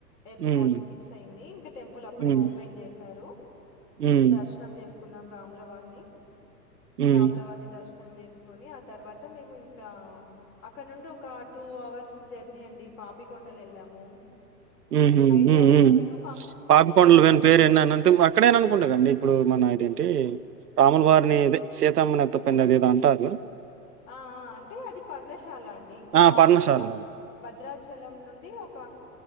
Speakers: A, on the left; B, on the right.
A: ఎర్లీ
B: హ్మ్.
A: మార్నింగ్ సిక్స్ అయింది ఇంకా టెంపుల్ అప్పుడే
B: హ్మ్.
A: ఓపెన్ చేశారు
B: హ్మ్.
A: దర్శనం చేసు కకున్నాం రాముల వారిని
B: హ్మ్.
A: రాముల వారిని దర్శనం ం చేసుకొని ఆ తర్వాత మేము ఇంకా అక్కడ నుండి ఒక టూ అవర్స్ జర్నీ అండి పాపికొండలు వెళ్ళాము
B: ఉహూ
A: ఐడియా
B: ఉ
A: ఉందా
B: ఉ
A: మీకు
B: పాపికొండలు విన్ పేరు విన్నా అంతే అక్కడేనా అనుకుంటా కదండి ఇప్పుడు మన ఇదేంటి రాముల వారిని ఇదే సీతామ్మని ఎతుకుపోయింది అది ఏదో అంటారు
A: ఆ ఆ అంటే అది పర్ణశాల అండి ఇంకా
B: ఆ!
A: పా
B: పర్ణశాల.
A: భద్రాచలం నుండి ఒక